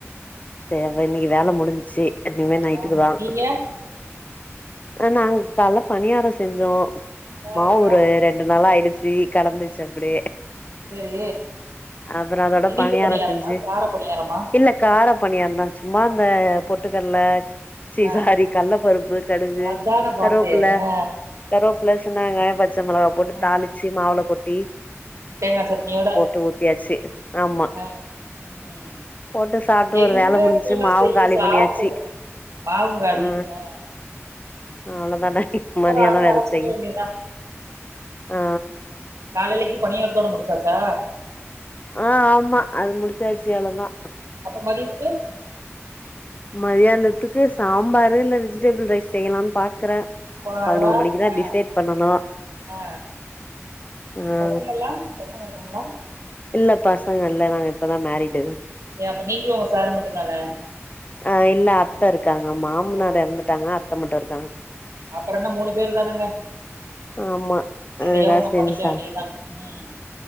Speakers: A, on the left; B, on the right.
A: சரி அப்ப இன்னைக்கு வேல முடிஞ்ச்சு இனிமே நைட்டுக்கு
B: ஆமா
A: தா
B: நீங்க
A: அப்றோ நாங்க கால்ல பணியாரோ செஞ்சோம்
B: பார்றா
A: மாவு ஒரு ரெண்டு ரெண்டு நாளா ஆயிடுச்சு கெடந்துச்சு அப்டியே
B: செரி
A: அப்றோ அதோட
B: இனிப்பு
A: பணியாரோ
B: பணியாரமா
A: செஞ்சு
B: கார பணியாரமா
A: இல்ல கார பணியாரந்தா சும்மா இந்த பொட்டுக்கடல சீ
B: ஆ
A: சாரி கல்ல பருப்பு <unintelligible>
B: அதான
A: கருவாப்புல
B: பாத்தே ஆ
A: கருவாப்புல சின்ன வெங்காயோ பச்ச மிளகா போட்டு
B: ஆ
A: தாளிச்சு மாவுல கொட்டி
B: தேங்கா சட்னியோட
A: ன்ட்டு ஊத்தியாச்சு ஆமா
B: ஆ ம்
A: போட்டு சாப்ட்டு
B: எங்க
A: ஒரு வேல முடிஞ்சு
B: இப்பிலா
A: மாவு
B: செய்யி
A: காலி
B: சாப்படுறது
A: பண்ணியாச்சு
B: மாவுங்காலி
A: ஆ
B: ம்
A: அவ்ளோதான மதியானோ
B: அர
A: வேற
B: அரச்சுக்க
A: செய்யனு
B: வேண்டியதா
A: ஆ
B: காலைையிலக்கு பனியாரத்தோட முடிச்சாச்சா
A: ஆ ஆமா அது முடிச்சாச்சு அவ்ளோ தா
B: அப்ப மதியத்துக்கு
A: மதியானத்துக்கு சாம்பாரு இல்ல வெஜிடபிள் ரைஸ் செய்யலாம்னு பாக்குறே
B: பார்றா
A: பதினோரு மணிக்குதா
B: ஆ
A: டிசைட் பண்ணணு
B: ஆ
A: ஆ
B: பசங்கல்லா பசங்க இருக்காங்களா
A: இல்ல பசங்க இல்ல நாங்க இப்பதா மேரிடு
B: ஏ அப்ப நீங்களு உங்க சாரு மட்டுந்தான
A: ஆ இல்ல அத்த இருக்காங்க மாமனார்
B: ஓ
A: இறந்துட்டாங்க அத்த மட்டு இருக்காங்க
B: அப்றோ என்ன மூணு பேரு தானங்க
A: ஆமா
B: எதையோ
A: அதா
B: ஒன்னு
A: செஞ்சு
B: பண்ணிக்க
A: சா
B: வேண்டிய தா ம்